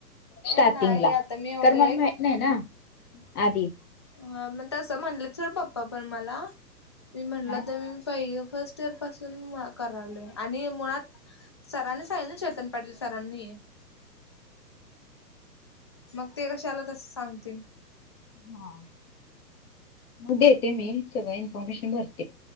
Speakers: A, on the left; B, on the left.
A: स्टार्टिंगला
B: ए नाही आता मी एवढे
A: तर मला माहीत नाही ना आदी
B: अ म्हण तसं म्हणलंचर पप्पा पण मला मी म्हणलं
A: काय.
B: तर मी पहिलं फर्स्ट तोवर पासून म करायलो आणि मुळात सराने ना सांगितले चेतन पाडले सरांनी मग ते कशाला तसं सांगतील.
A: हा म देते मी सगळं इन्फॉर्मेशन भरते.